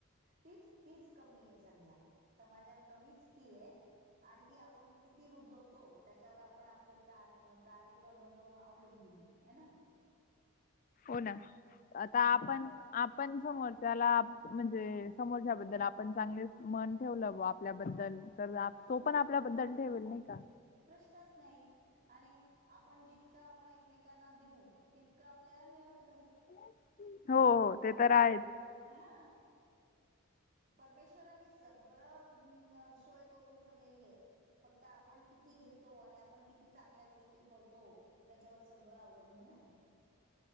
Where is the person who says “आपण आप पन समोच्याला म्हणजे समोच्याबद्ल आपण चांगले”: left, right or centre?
Left